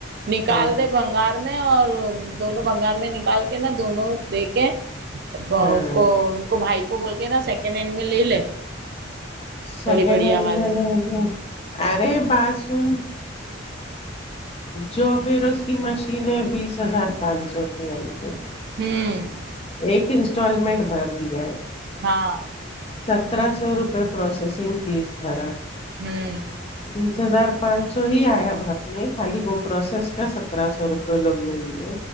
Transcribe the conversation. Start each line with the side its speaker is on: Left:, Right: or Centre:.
Right: نکال
Left: ہاں
Right: دے بھنگار نہیں اور دونوں بھنگار میں نکال کے نا دونوں دے کے باس
Left: ہاں
Right: کو ان کو بھائی کو بول کے نا سیکنڈ ہینڈ میں لے لے
Left: سیکنڈ
Right: تھوڑی بڑھیا
Left: ہنڈ
Right: والی
Left: میں لے لوں ارے بات سن جو پھر اس کی مشین ہے بیس ہزار پانچ سو کی آئی ہے
Right: ہوں
Left: ایک انسٹالمنٹ بھر دیا ہے
Right: ہا
Left: سترہ سو روپئے پروسیسنگ فیس بھرا
Right: ہوں
Left: بیس ہزار پانچ سو ہی آیا بھرنے خالی وہ پروسیس کا سترہ سو روپے جو لوگ نے لیے